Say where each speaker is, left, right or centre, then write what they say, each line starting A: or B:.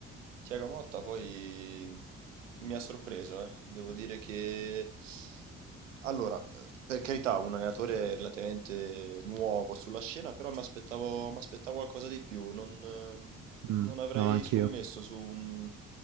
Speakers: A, on the right; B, on the right.
A: Thiago Motta poi mi ha sorpreso, eh. Devo dire che... Allora, eh, per carità, un allenatore relativamente nuovo sulla scena, però mi aspettavo, mi aspettavo qualcosa di più. Non, ehm,
B: Mm,
A: non avrei
B: no, anch'io.
A: scommesso su un,